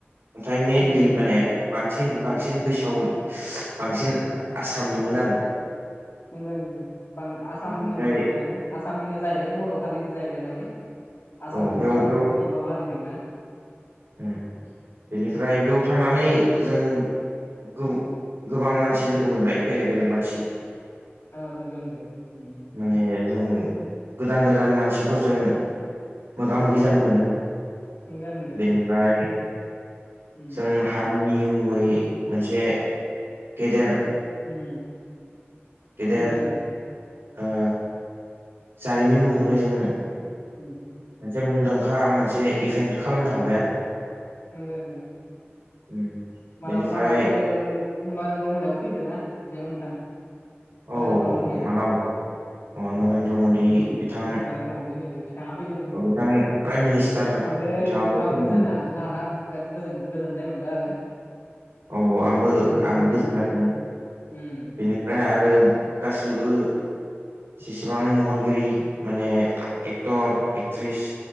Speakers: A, on the right; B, on the left.
A: नाथाय मेइनलि
B: फैदो फैदो
A: माने
B: फैदो
A: बांसिन बांसिन बैसागु बांसिन आसामनिमोन आरो।
B: नोंगो उम आसामनिनो
A: ओमफ्राय
B: बांसिनानो। आसामनिनो जाहैबाय बर' हारिनि जाहैबाय नालाय, आसामावनो
A: औ बेयाव बेयाव
B: गोबां बर' हारि दोंना।
A: उम, बेनिफ्राय बेयाव थांनानै जों गो-गोबां मानसि लोगो मोनबाय बेलेग बेलेग मानसि।
B: औ नंगौ नंगौ उम।
A: माने जों गोदान गोदान मान सिफोरजों
B: नंगौ
A: मोगा
B: उम
A: मोगि
B: उम
A: जानो मोनदों,
B: नंगौ नंगौ
A: बेनो। ओमफ्राय
B: उम
A: जों हारिनि मुङै मोनसे गेदेर
B: उम
A: गेदेर
B: नंगौ नंगौ
A: ओ जारिमिन महरै जों
B: उम
A: मोनसे मुंदांखा मोनसे इभेन्ट खालामनो हाबाय आरो।
B: नोंगो नोंगो।
A: उम
B: मानाव
A: बेनिफ्राय
B: मानाव गेदेर नरेन्द्र मदिआबो फैदोना, बेयाव नोंथां।
A: औ
B: नरेन्द्र मदिया।
A: मानाव अ नरेन्द्र मदि
B: उम
A: बिथां
B: नरेन्द्र मदि फैदों, बिथाङा फैदोंमोन।
A: बिथां प्राइम मिनिस्टार
B: बिथांदो
A: बिथाङाबो
B: मोगा
A: फैदोंमोन
B: मोगि जानो हागोन हाना बिराद गोजोननाय मोनदों आरो।
A: औ आंबो
B: नरेन्द्र
A: आंबो
B: मदि
A: गोजोननाय
B: बिथांदो
A: मोनदों
B: उम
A: बेनिफ्राय आरो गासैबो जेसेबां महरगिरि माने एक्टर, एक्ट्रिस